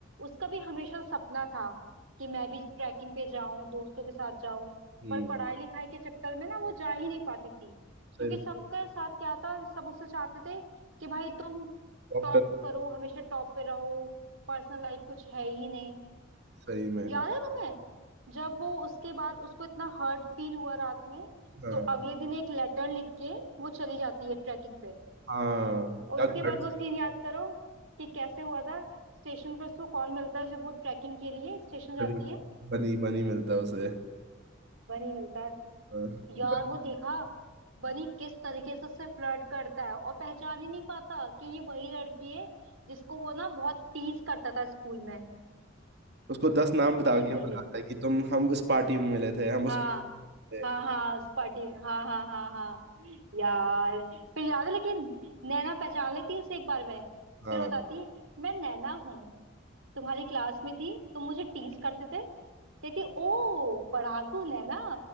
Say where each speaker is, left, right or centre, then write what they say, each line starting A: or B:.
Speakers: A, on the right; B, on the right.
A: उसका भी हमेशा सपना था कि मैं भी ट्रैकिंग पे जाऊं दोस्तों के साथ जाऊं
B: हम्म,
A: पर पढ़ाई लिखाई के चक्कर में ना वो जा ही नहीं पाती थी
B: सही
A: क्योंकि
B: में
A: सबका साथ क्या था सब उससे चाहते थे कि भाई तुम
B: डॉक्टर
A: टॉप करो हमेशा टॉप पे रहो पर्सनल लाइफ कुछ है ही नहीं
B: सही में
A: याद है जब वो उसके बाद उसको इतना हर्ट फील हुआ रात में
B: हाँ
A: तो अगले दिन एक लेटर लिख के वो चली जाती है ट्रैकिंग पे
B: हाँ
A: और
B: क्या
A: उसके
B: घट
A: बाद वो सीन याद करो कि कैसे हुआ था स्टेशन पर उसको कौन मिलता है जब वो ट्रैकिंग के लिए स्टेशन जाती
B: बनी
A: है
B: बनी बनी मिलता है उसे
A: बनी मिलता है
B: हाँ।
A: यार
B: बट
A: वो देखा बनी किस तरीके से उससे फ्लर्ट करता है और पहचान ही नहीं पाता कि ये वही लड़की है जिसको वो ना बहुत टीज करता था स्कूल में
B: उसको दस नाम बता
A: बिल्कुल
B: के बुलाता
A: भी
B: है कि तुम हम इस पार्टी में मिले थे हम
A: हाँ
B: उस थे।
A: हाँ हाँ उस पार्टी में हाँ हाँ हाँ हाँ यार फिर याद है लेकिन नैना पहचान लेती है उसे एक बार में
B: हाँ
A: फिर वो बताती है मैं नैना हूँ तुम्हारी क्लास में थी तुम मुझे टीज करते थे कहती ओ पढ़ाकू नैना